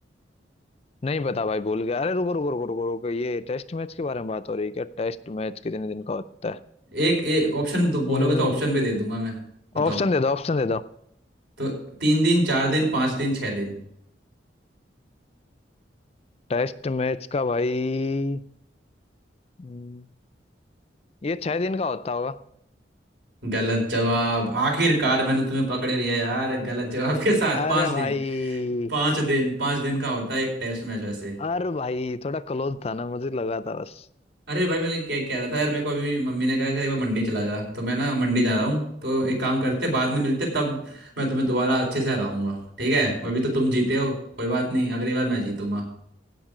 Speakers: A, on the left; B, on the right.
A: नहीं पता भाई भूल गया अरे रुको रुको रुको रुको रुको ये टेस्ट मैच के बारे में बात हो रही है क्या टेस्ट मैच कितने दिन का होता है
B: एक ए, ऑप्शन दो
A: हम्म
B: बोलोगे तो ऑप्शन भी दे दूंगा मैं बताओ
A: ऑप्शन दे दो ऑप्शन दे दो
B: तो तीन दिन चार दिन पांच दिन छह दिन
A: टेस्ट मैच का भाई हम्म, ये छह दिन का होता होगा
B: गलत जवाब आखिरकार मैंने तुम्हें पकड़ लिया यार गलत जवाब के साथ
A: अरे
B: पांच
A: भाई
B: दिन पांच दिन पांच दिन का होता है एक टेस्ट मैच वैसे
A: अरे भाई थोड़ा क्लोज था ना मुझे लगा था बस
B: अरे भाई मैं क्या कह रहा था यार मेरे को अभी मम्मी ने कहा कि एक बार मंडी चला जा तो मैं ना मंडी जा रहा हूँ तो एक काम करते बाद में मिलते तब मैं तुम्हें दोबारा अच्छे से हराऊंगा ठीक है अभी तो तुम जीते हो कोई बात नहीं अगली बार मैं जीतूंगा